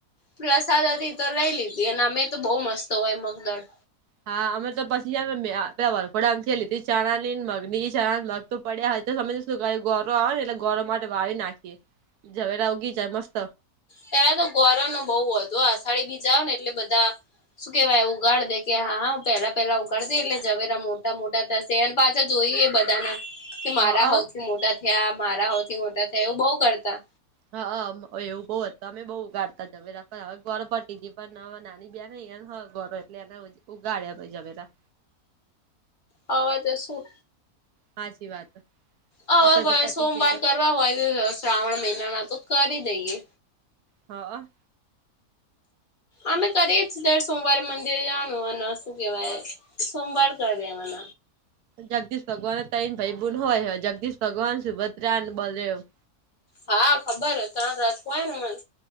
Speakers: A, on the left (about 45°); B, on the right (about 80°).
A: પ્રસાદ હતી તો લઈ લીધી અને અમે તો બહુ મસ્ત હોય મગદાળ.
B: હા અમે તો પછી મેં પે વરખોડામથી લીધી ચણા ની મગ બીજી ચણા મગ તો પડ્યા હય તો સમય શું ગોરો આવે ને એટલે ગોરો માટે વાવી નાખીએ જવેરા ઉગી જાય મસ્ત.
A: પેલા તો ગોર નો બહુ હતો અષાઢી બીજા આઓ ને એટલે બધા શું કેવાય ઉગાડ દે કે હા હ પેલા પેલા ઉગાડ દે એટલે જવેરા મોટા મોટા તા <unintelligible> પાછા જોઈએ બધાને. કે મારા
B: હા
A: હઉ થી મોટા થયા મારા હઉ થી મોટા થયા એવું બઉ કરતા.
B: હાહ મ એવું બઉ હત, અમે બહુ ઉગાડતા જમે <unintelligible> હવે ગર પટી ગ પણ નાની બેન હે ન હ બરો એટલે એને ઉગાડ્યા બા <unintelligible>
A: હવે તો શું
B: સાચી વાત
A: હવે
B: આપડે
A: ભવે
B: તો પટી
A: સોમવાર
B: જાય એટલે
A: કરવા હોય તો શ્રાવણ મહિનાના તો કરી દઈએ.
B: હા.
A: અમે કરીએ જ દર સોમવારે મંદિર જાનું અને શું કેવાય. સોમવાર કર દે મન.
B: જગદીશ ભગવાન તૈન ભાઈ બૂન હોય જગદીશ ભગવાન સુભદ્રા અને બલદેવ.
A: હા ખબર ત્રણ રાથું હોય ને મને.